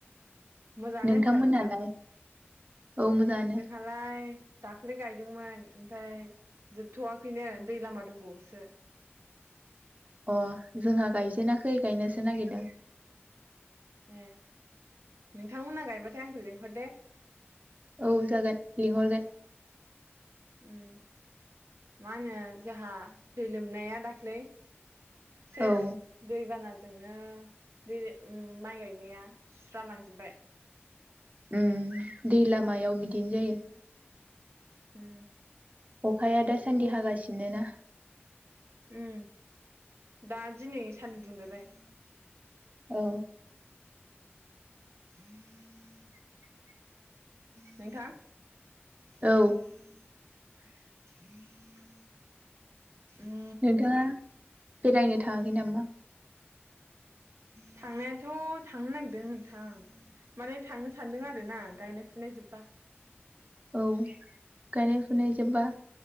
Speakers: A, on the right; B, on the right.
A: मोजाङानो
B: नोंथांमोनहालाय
A: होनबा नोंथां ।
B: औ मोजाङानो
A: जोंहालाय दा दाख्लै गायदोंमोन ओमफ्राय जोबथ'वाखैनो दै लामा दंबावोसो।
B: अ जोंहा गायजेनााखै गायनोसो नागिरदों।
A: ए नोंथांमोना गायबाथाय आंखौ लिंहर दे।
B: औ जागोन लिंहरगोन।
A: उम मा होनो जोंहा दै लोमनाया दाख्लै सेस
B: औ
A: दैबाना जोंनो दै उम माइ गायनाया सुस्रा लांजोबबाय।
B: उम दै लामायाव बिदिनो जायो।
A: उम।
B: अखाया दासान्दि हागासिनो ना?
A: उम दा दिनै सानदुं दुंलायबाय।
B: औ।
A: <inaudible> नोंथां <inaudible>
B: औ
A: <inaudible> <inaudible> उ <inaudible>
B: नोंथाङा बेरायनो थाङाखै नामा?
A: थांनायाथ' थांनो नागिरदों नोंथां माने थांनो सानदों आरो ना गायनाय फुनाय जोबबा।
B: औ गायनाय फुनाय जोब्बा